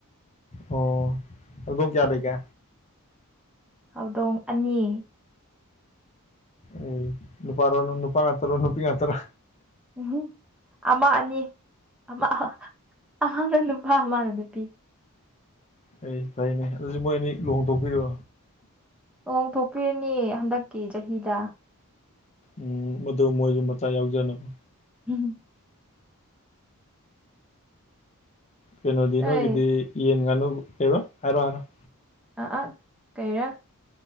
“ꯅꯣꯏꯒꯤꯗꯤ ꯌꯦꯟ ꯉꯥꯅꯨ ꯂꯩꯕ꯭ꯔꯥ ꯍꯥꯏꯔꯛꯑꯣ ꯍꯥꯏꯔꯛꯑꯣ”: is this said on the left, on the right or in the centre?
Left